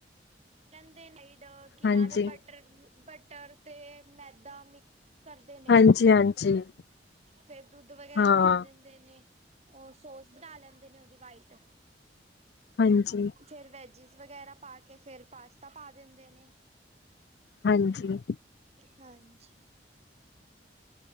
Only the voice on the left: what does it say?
ਹਾਂਜੀ
ਹਾਂਜੀ ਹਾਂਜੀ
ਹਾਂ,
ਹਾਂਜੀ
ਹਾਂਜੀ